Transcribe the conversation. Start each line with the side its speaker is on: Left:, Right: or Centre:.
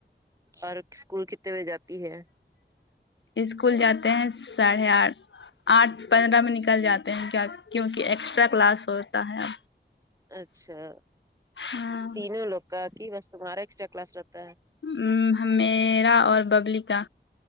Right: اور اسکول کتنے بجے جاتی ہے
Left: اسکول جاتے ہیں ساڑھے آٹھ آٹھ پندرہ میں نکل جاتے ہیں کیا کیونکی کہ ایکسٹرا کلاس ہوتا ہے
Right: اچھا
Left: ہاں
Right: تینوں لوگ کا کی بس تمہارا ایکسٹرا کلاس رہتا ہے
Left: آمم میرا اور ببلو کا